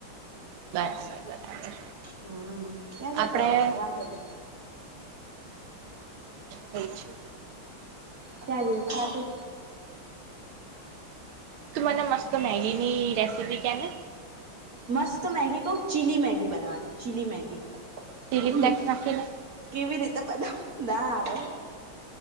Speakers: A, on the right; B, on the right.
A: બરાબર બરાબર.
B: હમ ત્યાં જતા
A: આપડે
B: રહીશું વાંધોને.
A: હો છે.
B: ત્યાં દ ખાતું.
A: તું મને મસ્ત મેગીની રેસિપી ક ને.
B: મસ્ત મેગી કહઉ ચીલી મેગી બનાવાની ચીલી મેગી
A: ચીલી
B: હ
A: ફ્લેક્સ નાખીને.
B: કેવી રીતે બધ ના આવે.